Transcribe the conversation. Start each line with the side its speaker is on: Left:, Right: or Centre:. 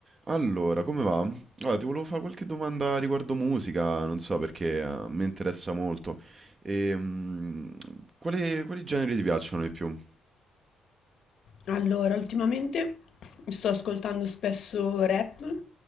Right: Allora, come va? Guarda, ti volevo fare qualche domanda riguardo musica, non so perché eh, mi interessa molto. E, mm, quali, quali generi ti piacciono di più?
Left: Allora, ultimamente sto ascoltando spesso rap,